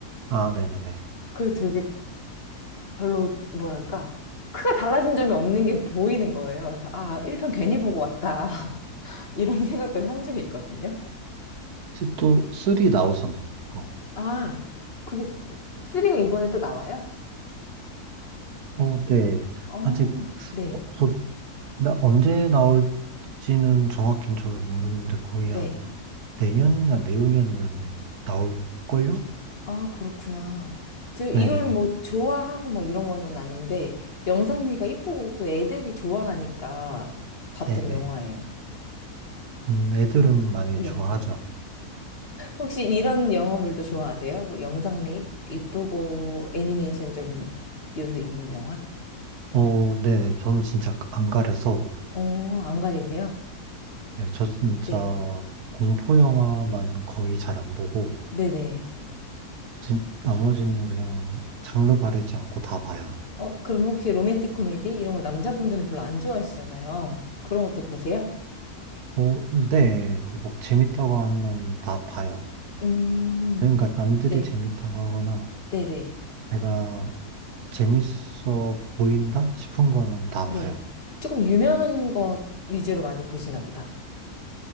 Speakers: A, on the right (about 75°); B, on the left (about 40°).
A: 아, 네네네.
B: 그게 되게 별로 뭐랄까 크게 달라진 점이 없는 게 보이는 거예요. 그래서 아, 1편 괜히 보고 왔다. <laughs> 이런 생각도 한 적이 있거든요.
A: 혹시 또 3
B: 음.
A: 나오잖아요. 그거.
B: 아, 그게 쓰리가 이번에 또 나와요?
A: 어, 네.
B: 어,
A: 아직,
B: 네,
A: 어, 저, 나, 언제 나올지는 정확히는 저도 모르는데 거의
B: 네.
A: 한 내년이나 내후년이면 나올걸요?
B: 아, 그렇구나. 저 이걸
A: 네.
B: 뭐 좋아하고 뭐 이런 거는 아닌데, 영상미가 이쁘고 또 애들이 좋아하니까 봤던
A: 네네.
B: 영화예요.
A: 음, 애들은 많이
B: 네.
A: 좋아하죠.
B: 혹시 이런 영화물도 좋아하세요? 뭐 영상미 이쁘고 애니메이션적인 요소 있는 영화?
A: 어, 네네. 저는 진짜 안 가려서,
B: 어, 안 가리세요?
A: 예, 저 진짜
B: 네.
A: 공포 영화만 거의 잘 안 보고,
B: 네네.
A: 진, 나머지는 그냥 장르 가리지 않고 다 봐요.
B: 어, 그럼 혹시 로맨틱 코미디? 이런 거 남자분들은 별로 안 좋아하시잖아요. 그런 것도 보세요?
A: 어, 네. 그뭐 재밌다고 하면 다 봐요.
B: 음,
A: 그러니까 남들이
B: 네.
A: 재밌다고 하거나,
B: 네네.
A: 제가 재밌어 보인다 싶은 거는 다
B: 네.
A: 봐요.
B: 조금 유명한 것 위주로 많이 보시나 보다.